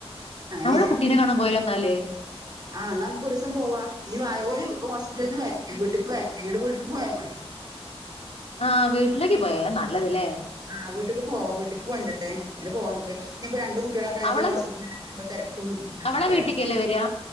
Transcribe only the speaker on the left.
അവളെ കുട്ടീനെ കാണാൻ പോയലോന്നാല്
ആ വീട്ടിലേക്ക് പോയ അത്‌ നല്ലത് ലെ
അവളെ
അവളെ വീട്ടിക്കല്ലേ വരാ